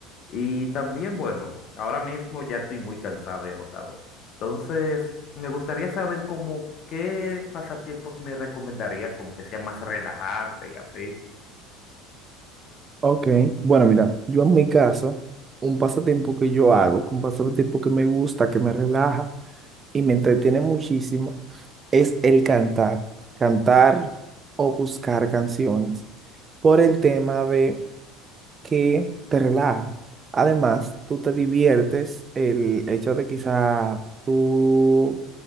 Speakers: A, on the left; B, on the right.
A: Y también, bueno, ahora mismo ya estoy muy cansado y agotado. Entonces, me gustaría saber como qué pasatiempos me recomendarías, como que sea más relajante y así.
B: ok, bueno, mira, yo en mi caso, un pasatiempo que yo hago, un pasatiempo que me gusta, que me relaja y me entretiene muchísimo, es el cantar, cantar o buscar canciones, por el tema de que te relaja. Además, tú te diviertes, el hecho de quizá tú